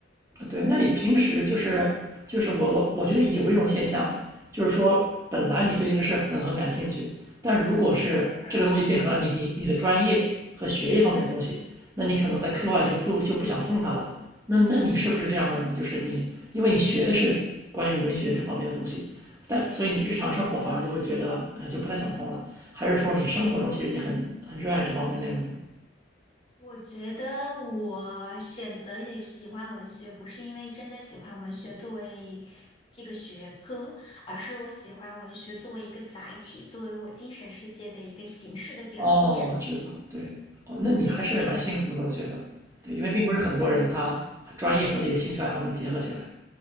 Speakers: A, on the right (about 15°); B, on the left (about 30°).
A: 对，那你平时就是就是我我我觉得有一种现象，就是说本来你对这个事儿可能很感兴趣，但如果是这个东西变成了你你你的专业和学业方面的东西，
B: 嗯嗯，
A: 那你可能在课外就不就不想碰它了。那那你是不是这样的呢？就是你因为你学的是关于文学这方面的东西，但所以你日常生活反而就会觉得呃就不太想碰了，
B: 对。
A: 还是说你生活中其实也很很热爱这方面的内容呢？
B: 我觉得我选择也喜欢文学，不是因为真的喜欢文学作为这个学科，而是我喜欢文学作为一个载体，作为我精神世界的一个形式的表现。
A: 哦，我知道，对，哦，那你还是蛮幸福的，
B: 所以，
A: 我觉得，对，因为并不是很多人他专业和自己的兴趣爱好能结合起来。